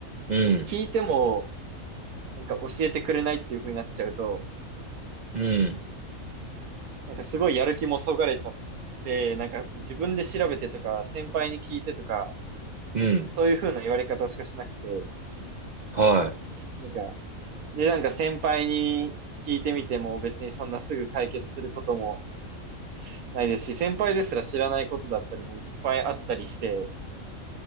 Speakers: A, on the right; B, on the right.
A: うん。
B: 聞いてもなんか教えてくれないっていう風になっちゃうと、
A: うん。
B: なんかすごいやる気もそがれちゃって、なんか自分で調べてとか、先輩に聞いてとか、
A: うん。
B: そういう風な言われ方しかしなくて、
A: は
B: なんか、で、なんか先輩に聞いてみても別にそんなすぐ解決することもないですし、先輩ですら知らないことだったりもいっぱいあったりして、